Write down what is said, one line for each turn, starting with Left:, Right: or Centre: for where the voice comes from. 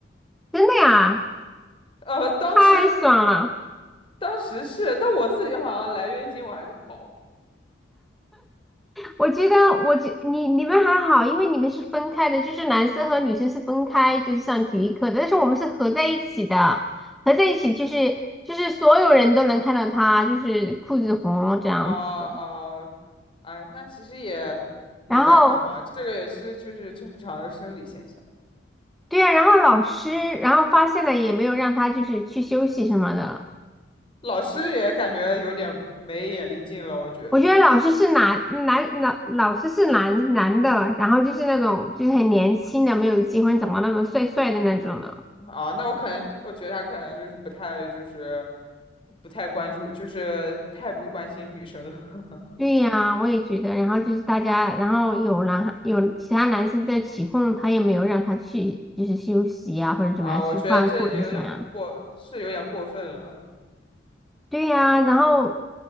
Centre: 真的呀，
Left: 呃，当时
Centre: 太爽了。
Left: 当时是，但我自己好像来月经我还是跑
Centre: 我觉得，我觉你你们还好，因为你们是分开的，就是男生和女生是分开，就是上体育课的，但是我们是合在一起的，合在一起就是就是所有人都能看到他，就是裤子红这样子。
Left: 啊啊、呃哎，那其实也没办法嘛，
Centre: 然后
Left: 这个也是就是正常的生理现象。
Centre: 对呀、然后老师，然后发现了也没有让他就是去休息什么的。
Left: 老师也感觉有点没眼力劲了，我觉得
Centre: 我觉得老师是男男老老师是男男的，然后就是那种就是很年轻的，没有结婚，长得那么帅帅的那种的。
Left: 啊，那我可能我觉得他可能就是不太就是不太关注，就是太不关心女生了。<laughs>
Centre: 对呀，我也觉得。然后就是大家，然后有男有其他男生在起哄，他也没有让他去，就是休息呀、或者怎么样去换裤子什么样。
Left: 啊，我觉得这有点过，是有点过分了
Centre: 对呀，然后